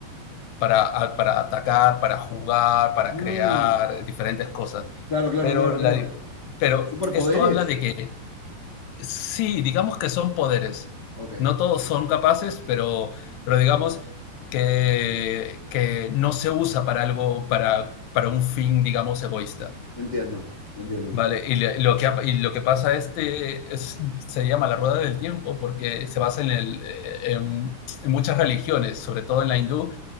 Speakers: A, on the left (about 80°); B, on the left (about 55°).
A: para, para atacar, para jugar, para
B: Ah,
A: crear diferentes cosas.
B: claro, claro,
A: Pero,
B: claro, claro.
A: la, pero
B: ¿Con superpoderes?
A: esto habla de que Sí, digamos que son poderes.
B: Ok, te
A: No todos son capaces, pero, pero digamos que, que no se usa para algo, para, para un fin, digamos, egoísta.
B: entiendo, te entiendo.
A: Vale, y le- lo que, ha- y lo que pasa este es, se llama la rueda del tiempo porque se basa en, el, eh, en, en muchas religiones, sobre todo en la hindú,